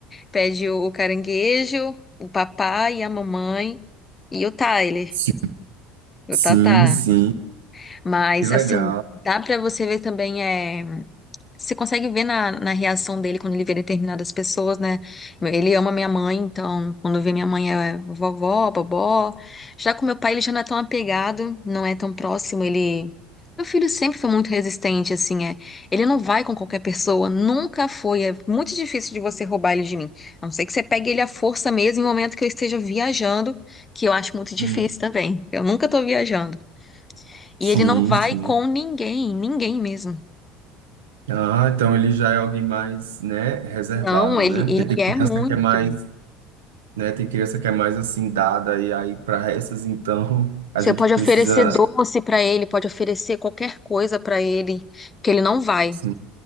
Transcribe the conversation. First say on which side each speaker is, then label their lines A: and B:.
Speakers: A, on the left; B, on the right.
A: Pede o, o caranguejo, o papai e a mamãe e o Tyler.
B: Sim, sim,
A: O Tatá.
B: sim,
A: Mas,
B: que legal.
A: assim, dá pra você ver também, é... Você consegue ver na, na reação dele quando ele vê determinadas pessoas, né? Ele ama minha mãe, então, quando vê minha mãe é vovó, bobó. Já com meu pai, ele já não é tão apegado, não é tão próximo, ele... Meu filho sempre foi muito resistente, assim, é. Ele não vai com qualquer pessoa, nunca foi. É muito difícil de você roubar ele de mim. A não ser que você pegue ele à força mesmo em um momento que eu esteja viajando, que eu acho muito difícil
B: Hum,
A: também. Eu nunca tô viajando.
B: Sim,
A: E ele não vai
B: sim.
A: com ninguém, ninguém mesmo.
B: Ah, então ele já é alguém mais, né, reservado,
A: Não, ele,
B: né? Porque
A: ele
B: tem criança
A: é muito.
B: que é mais né? Tem criança que é mais assim dada e aí para essas então a
A: Você
B: gente
A: pode
B: precisa
A: oferecer doce pra ele, pode oferecer qualquer coisa pra ele, que ele não vai.
B: sim,